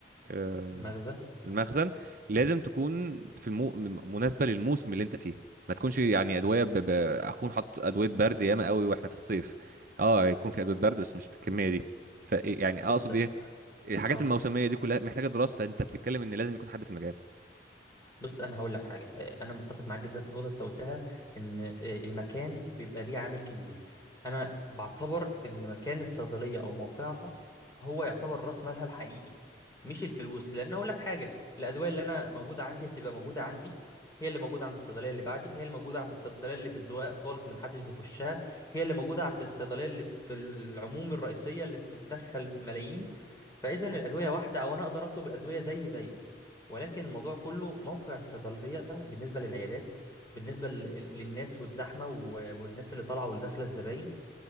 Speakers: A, on the right; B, on the left.
A: آه،
B: المخزن
A: المخزن لازم تكون في المو... مناسبة للموسم اللي انت فيه ما تكونش يعني ادوية ب... ب... اكون حاطط ادوية برد ياما قوي واحنا في الصيف اه يكون في ادوية برد بس مش بالكمية دي ف إيه، يعني
B: بس
A: اقصد ايه الحاجات
B: اه
A: الموسمية دي كلها محتاجة دراسة فانت بتتكلم ان لازم يكون حد في المجال
B: بص انا هقول لك حاجه آه، انا متفق معاك جدا في النقطه اللي انت قلتها ان آه، المكان بيبقى ليه عامل كبير انا بعتبر ان مكان الصيدليه او موقعها هو يعتبر راس مالها الحقيقي مش الفلوس لان اقول لك حاجه الادويه اللي انا موجوده عندي هتبقى موجوده عندي هي اللي موجوده عند الصيدليه اللي بعدي هي اللي موجوده عند الصيدليه اللي في الزقاق خالص اللي محدش بيخشها هي اللي موجوده عند الصيدليه اللي في العموم الرئيسيه اللي بتتدخل ملايين فاذا الادويه واحده او انا اقدر اطلب الادويه زي زيه ولكن الموضوع كله موقع الصيدلية بالنسبة للعيادات بالنسبة لل- للناس والزحمة و- والناس اللي طالعة واللي داخلة الزباين